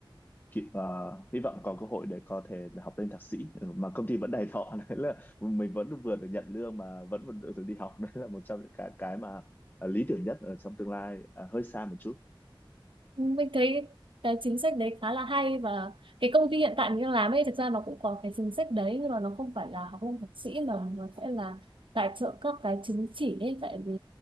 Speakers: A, on the left; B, on the right.
A: kịp- ờ, hy vọng có cơ hội để có thể là học lên thạc sĩ Ừ, mà công ty vẫn đầy thọ <laughs> đấy là mình vẫn vừa được nhận lương mà vẫn vẫn được đi học <laughs> đấy là một trong những cái cái mà ờ, lý tưởng nhất ở trong tương lai À, hơi xa một chút
B: mình thấy cái chính sách đấy khá là hay và cái công ty hiện tại mình đang làm ấy thực ra nó cũng có cái chính sách đấy nhưng mà nó không phải là học lên thạc sĩ mà nó sẽ là tài trợ các cái chứng chỉ ấy tại vì